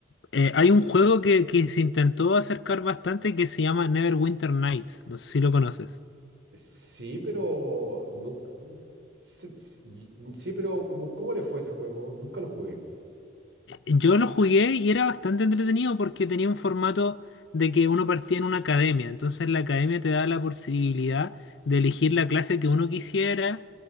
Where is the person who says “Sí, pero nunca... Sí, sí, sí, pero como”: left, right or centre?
Right